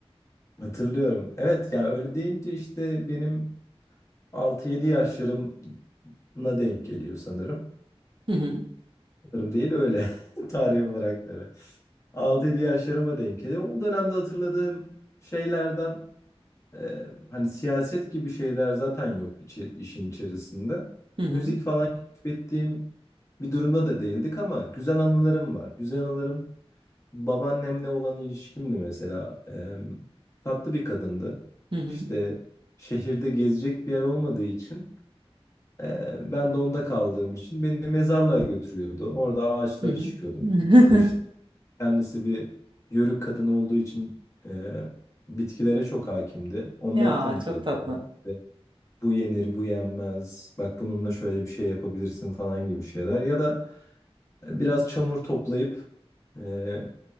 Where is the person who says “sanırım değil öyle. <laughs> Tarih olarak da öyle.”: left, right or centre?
Left